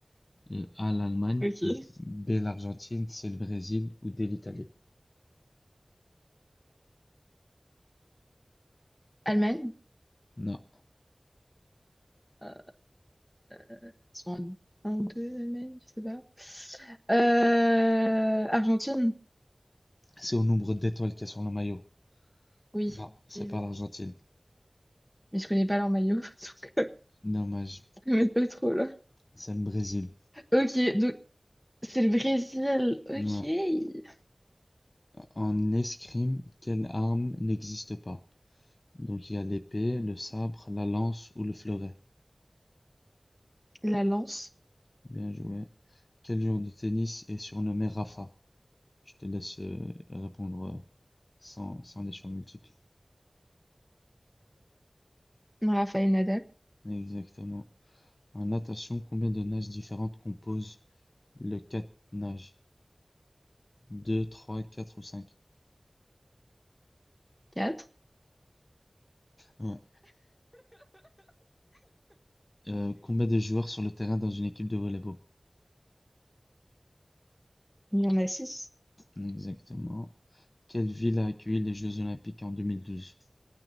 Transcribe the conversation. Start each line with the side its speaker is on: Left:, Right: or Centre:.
Left: Euh, A, l'Allemagne,
Centre: Ok.
Left: B, l'Argentine, C, le Brésil ou D, l'Italie?
Centre: Allemagne.
Left: Non,
Centre: Euh, ils sont en 1 ou 2 Allemagne, je sais pas. Euh, Argentine.
Left: c'est au nombre d'étoiles qu'il y a sur le maillot.
Centre: Oui.
Left: Non, c'est
Centre: Oui,
Left: pas
Centre: oui.
Left: l'Argentine.
Centre: Mais je connais pas leur maillot, <laughs> donc euh,
Left: Dommage,
Centre: je m'aide pas trop là.
Left: c'est le Brésil.
Centre: Ok, donc c'est le Brésil. Ok.
Left: Ouais. En escrime, quelle arme n'existe pas? Donc il y a l'épée, le sabre, la lance ou le fleuret.
Centre: La Lance.
Left: Bien joué. Quel joueur de tennis est surnommé Rafa? Je te laisse euh, répondre euh, sans, sans les choix multiples.
Centre: Rafael Nadal.
Left: Exactement. En natation, combien de nages différentes composent le quatre-nages? Deux, trois, quatre ou cinq.
Centre: quatre
Left: Ouais. Euh, combien de joueurs sur le terrain dans une équipe de volleyball?
Centre: Il y en a six
Left: Exactement. Quelle ville a accueilli les Jeux Olympiques en 2012?